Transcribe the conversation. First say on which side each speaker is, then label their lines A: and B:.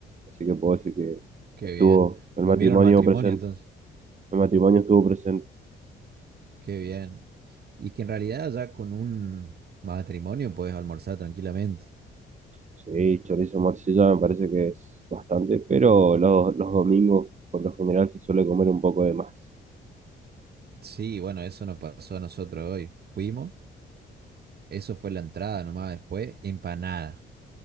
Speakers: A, on the right (about 35°); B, on the right (about 55°).
A: Así que puedo decir que
B: qué
A: estuvo
B: bien.
A: el
B: Comieron
A: matrimonio
B: matrimonio
A: presente,
B: entonces,
A: el matrimonio estuvo presente.
B: qué bien. Y que en realidad ya con un matrimonio puedes almorzar tranquilamente.
A: Sí, chorizo y morcilla me parece que es bastante, pero los, los domingos por lo general se suele comer un poco de más.
B: Sí, bueno, eso nos pasó a nosotros hoy. Fuimos, eso fue la entrada nomás, después empanada,